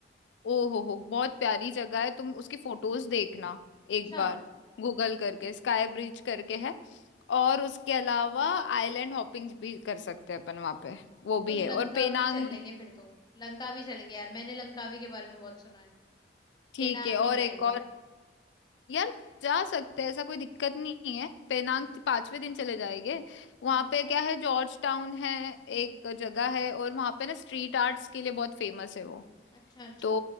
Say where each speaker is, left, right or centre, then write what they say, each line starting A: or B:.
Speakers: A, on the left; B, on the left.
A: ओ हो हो बहुत प्यारी जगह है तुम उसकी फोटोज देखना
B: अच्छा
A: एक बार गूगल करके स्काई ब्रिज करके है और उसके अलावा आइलैंड हॉपिंग भी कर सकते हैं अपन वहाँ पे वो भी
B: तो लंकावी
A: है और पेनांग
B: चल
A: में
B: लेंगे फिर तो लंकावी चलेंगे यार मैंने लंकावी के बारे में बहुत सुना है
A: ठीक
B: पेनांग
A: है और
B: नहीं जाएंगे
A: एक और यार जा सकते हैं ऐसा कोई दिक्कत नहीं है पेनांग
B: हम्म
A: ती- पांचवे दिन चले जाएंगे वहां
B: हम्म
A: पे क्या है जॉर्ज टाउन है
B: हम्म
A: एक जगह है और वहां पे ना स्ट्रीट आर्ट्स के लिए बहुत फेमस है वो
B: अच्छा अच्छा
A: तो